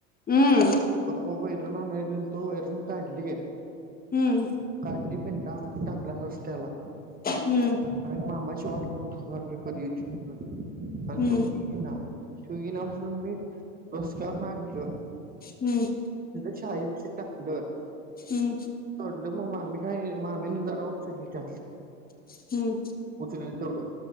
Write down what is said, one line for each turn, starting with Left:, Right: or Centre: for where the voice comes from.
Left: हुमं
Right: परवा वैरण आणायला गेलतो. वैरण काढली.
Left: हम्म
Right: टिफिन आणून टाकला रस्त्याला
Left: हम्म
Right: अ मामा शेवाट बघून दुबारला कधी येती. आणि
Left: हम्म
Right: तू <inaudible> तू येईना म्हणून मी डोसक्यावरन आणंल
Left: हम्म
Right: शाळेपाशी टाकलं
Left: हम्म
Right: तोडल मग मामी काय मामीन जरा उचली त्यातलं...
Left: हम्
Right: उचली तेवढं